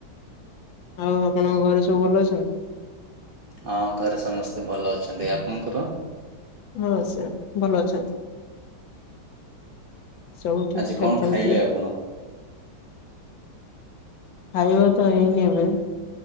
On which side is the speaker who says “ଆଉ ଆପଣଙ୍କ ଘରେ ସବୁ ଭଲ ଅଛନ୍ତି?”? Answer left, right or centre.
Left